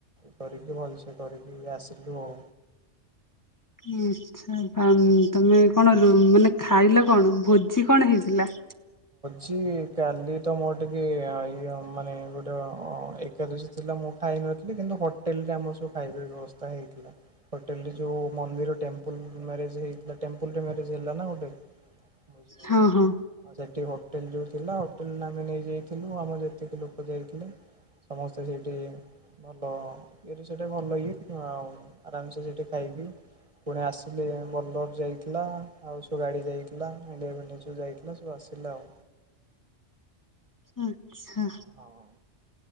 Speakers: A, on the right (about 35°); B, on the left (about 20°).
A: କରିକି ଭଲସେ କରିକି ଆସିଲୁ ଆଉ।
B: <unintelligible> ତାନ
A: ହୁଁ।
B: ତମେ କଣ। ଉ ମାନେ ଖାଇଲ କଣ ଭୋଜି କଣ ହେଇଥିଲା?
A: ଛି କାଲି ତ ମୋର ଟିକେ ଅ ଇଏ ମ୍ ମାନେ ଗୋଟେ ଅଁ ଏକାଦଶୀ ଥିଲା ମୁଁ ଖାଇ ନଥିଲି, କିନ୍ତୁ ହୋଟେଲ ରେ ଆମର ସବୁ ଖାଇବା ପିଇବା ବ୍ୟବସ୍ଥା ହେଇଥିଲା ହୋଟେଲ ରେ ଯୋଉ ମନ୍ଦିର ଟେମ୍ପଲ ମ୍ୟାରେଜ ହେଇଥିଲା ଟେମ୍ପୁଲ୍ ରେ ମ୍ୟରେଜ୍ ହେଲାନା ଗୋଟେ ଭୋଜି ଫୋଜି
B: ହଁ ହଁ।
A: ସେଠୀ ହୋଟେଲ ଯୋଉ ଥିଲା ହୋଟେଲରେ ଆମେ ନେଇ ଯାଇଥିଲୁ ଆମର ଯେତିକି ଲୋକ ଯାଇଥିଲେ। ସମସ୍ତେ ସେଇଠି ଭଲ ଇଏରେ ସେଠି ଭଲ ଇଏ ଆଉ ଆରାମସେ ସେଠି ଖାଇ ଥିଲି। ପୁଣି ଆସିଲେ ବୋଲ୍ଲର ଯାଇଥିଲା ଆଉ ସବୁ ଗାଡି ଯାଇଥିଲା ଇଣ୍ଡିକା ଫିଣ୍ଡିକା ସବୁ ଯାଇ ଥିଲା ସବୁ ଆସିଲେ ଆଉ।
B: ଆଚ୍ଛା
A: ହଁ।